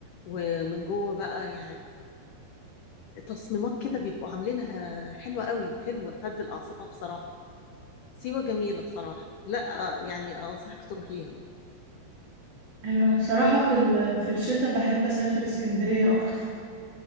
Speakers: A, on the left; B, on the right.
A: ومن جوه بقى يعني تصميمات كده بيبقوا عاملينها حلوه قوي حلوه تهدي الاعصاب بصراحه سيوه جميله بصراحه لا يعني انصحك تروحيها
B: أيوة أنا بصراحة في ال... في الشتاء بحب أسافر اسكندرية أكتر